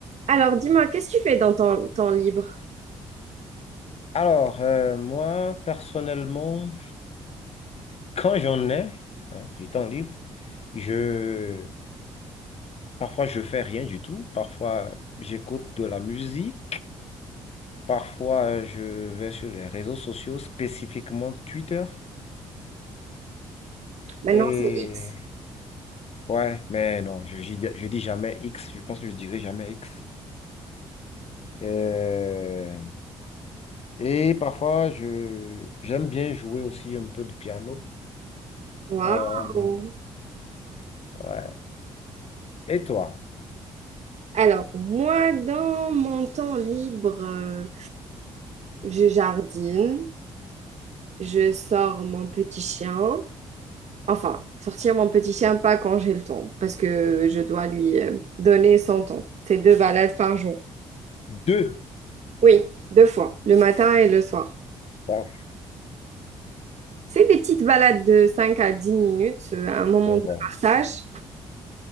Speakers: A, on the right; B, on the left.
A: Alors, dis-moi, qu'est-ce que tu fais dans ton temps libre?
B: Alors, euh, moi, personnellement, quand j'en ai hein, du temps libre, je parfois je fais rien du tout, parfois j'écoute de la musique, parfois je vais sur les réseaux sociaux, spécifiquement Twitter.
A: Maintenant,
B: Et
A: c'est X.
B: ouais, mais non, je, j'y- je dis jamais X, je pense que je dirai jamais X. Euh, et parfois je j'aime bien jouer aussi un peu de piano.
A: Waouh!
B: Euh, ouais. Et toi?
A: Alors, moi, dans mon temps libre, euh, je jardine, je sors mon petit chien. Enfin, sortir mon petit chien, pas quand j'ai le temps, parce que je dois lui euh, donner son temps. C'est deux balades par jour.
B: Deux.
A: Oui, deux fois, le matin et le soir.
B: Ah,
A: C'est des petites balades de 5 à 10 minutes, euh, un moment
B: je vois.
A: de partage,